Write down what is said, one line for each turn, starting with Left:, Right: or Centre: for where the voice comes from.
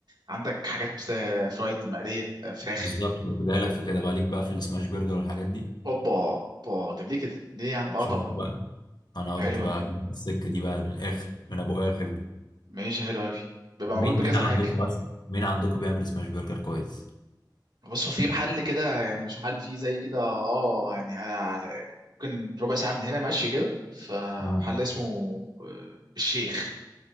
Right: عندك حاجات آه، فرايد مقليه آه، فراخ
Left: بالظبط كنت جاي لك في كده بقى ليك بقى في السماش برجر والحاجات دي
Right: اوبا اوبا طب ليه كده ليه يا عم اه
Left: شوف
Right: طبعا
Left: بقى انا قلت
Right: حلو
Left: بقى
Right: أوي.
Left: أجيب السكة دي بقى من الاخر من ابو اخر دي
Right: ماشي حلو قوي بيبقى
Left: مين
Right: معمول بكذا
Left: مين عندكم
Right: حاجه
Left: اصلا مين عندكم بيعمل سماش برجر كويس
Right: بص هو في محل كده يعني مش محل فيه زي كده اه يعني على- ممكن ربع ساعه من هنا ماشي كده فمحل
Left: اه
Right: اسمه آه، الشيخ